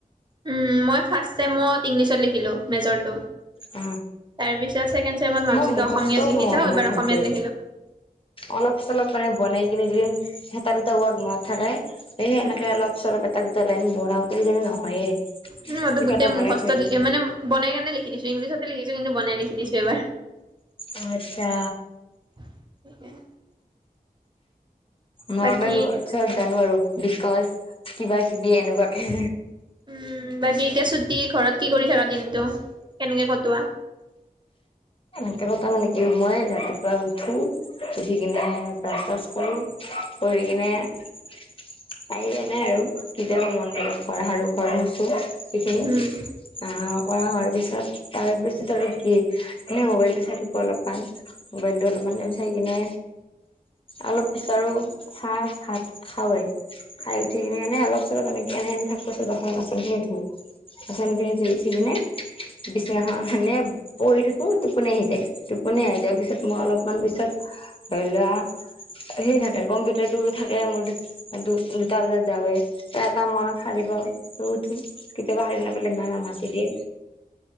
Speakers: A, on the right; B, on the left.
A: উম' মই ফাৰ্ষ্ট ছেমত ইংলিছত লিখিলো মেজৰটো।
B: অ
A: তাৰপিছত ছেকেণ্ড ছেমত ভাবিছিলোঁ
B: মই মুখস্থও
A: অসমীয়াত লিখি
B: নহয়
A: চাওঁ
B: ইমান
A: এইবাৰ
B: ভালকে
A: অসমীয়াত লিখিলো।
B: অলপ চলপ মানে বনাই কিনি দিদিম এটা দুটা ৱৰ্ড মনত থাকে এই
A: উম
B: এনেকে অলপ- চলপ এটা, দুটা লাইন বনাওঁতে কিজানি নহয়ে।
A: উম' মইতো
B: কিবা
A: গোটেই
B: এটা বনাই
A: মুখষ্ট
B: থৈ দিওঁ
A: লি মানে বনাই কেনে লিখি দিছো, ইংলিছতে লিখিছো, কিন্তু বনাই লিখি দিছো এবাৰ।
B: অঁ' আৎচ্ছা।
A: <unintelligible>
B: নৰ্মেল
A: বাকী
B: ৱৰ্ডছত জানো আৰু বিকজ কিবা- কিবি এনেকুৱাকে।
A: উম' বাকী এতিয়া ছুটি ঘৰত কি কৰি থাকা দিনটো কেনেকে কটোৱা?
B: কেনেকে কটোৱা মানে কি মই ৰাতিপুৱা উঠো- উঠি কিনে ব্ৰাছ চাৰাছ কৰো, কৰি কিনে- পাৰিলে এনে আৰু কেতিয়াবা মন গ'লে ঘৰ সাৰোঁ, ঘৰ মুছোঁ। সেখিনি
A: উম
B: আ কৰা হোৱাৰ পিছত, তাৰ পিছত আৰু কি এনে মবাইলটো চাই- থাকো অলপমান মোবাইলটো অলপমান টাইম চাই কিনে অলপ পিছত আৰু- চাহ ভাত খাওঁয়ে, খাই উঠি- কিনে অলপ চলপ <unintelligible> প্ৰথমকেদিন শুই উঠিকেনে বিছনাখন সেনে পৰি থাকো। কৌ টোপনি আহি যায়, টোপনি আহি যোৱাৰ পিছত মই অলপমান পিছত ধৰি লৱা- আহিয়ে থাকে কম্পিউটাৰটো থাকে মোৰ দু দুটা বজাত যাওঁৱে। এটা মানত সাৰে পাওঁ শুই উঠি, কেতিয়াবা সাৰে নাপালে না না মাতি দিয়ে।